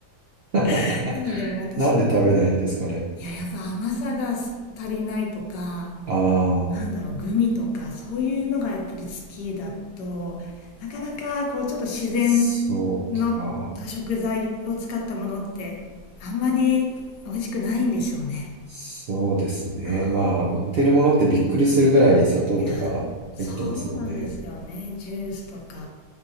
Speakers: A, on the right; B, on the left.
A: <laughs>
B: <laughs> なのでもう私が、
A: なんで食べないんですかね。
B: いや、やっぱ甘さが足りないとか、
A: ああ、
B: なんだろう、グミとか、そういうのがやっぱり好きだと、なかなかこうちょっと自然
A: そうか。
B: の食材を使ったものって、あんまり美味しくないんでしょうね。
A: そうですね。
B: あ
A: まあ、売ってるものってびっくりするぐらい砂糖とか入ってますもんね。
B: ーいや、そうなんですよね。ジュースとか。